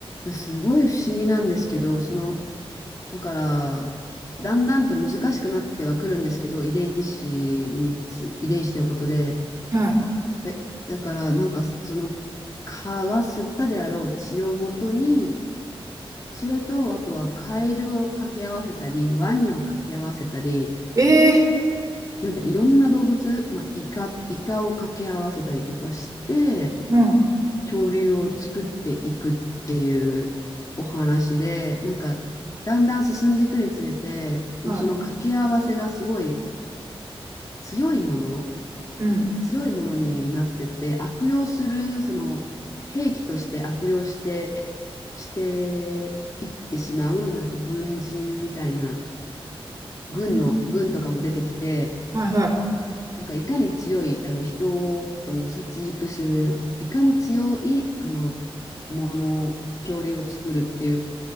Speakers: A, on the left (about 35°); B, on the right (about 35°).
A: すごい不思議なんですけど、その、だから、だんだんと難しくなってはくるんですけど、遺伝子につ、遺伝子のことで、
B: は
A: でだから、なんかその蚊が吸ったであろう血を元に、それと、あとはカエルを掛け合わせたり、ワニを掛け合わせたり、
B: い。ええ、
A: なんかいろんな動物、まあ、イカ、イカを掛け合わせたりとかして、
B: うん、
A: 恐竜を作っていくっていうお話で、なんかだんだん進んでいくにつれて、もうその掛け合わせがすごい
B: はい。
A: 強いもの、
B: うん。
A: 強いものになってて、悪用する、その兵器として悪用して、していってしまう、なんか軍人みたいな。軍の、
B: うん
A: 軍とかも出てきて、
B: はいは
A: なんかいかに強い、あの人をあの殺戮する、いかに強いあのもの、恐竜を作るっていう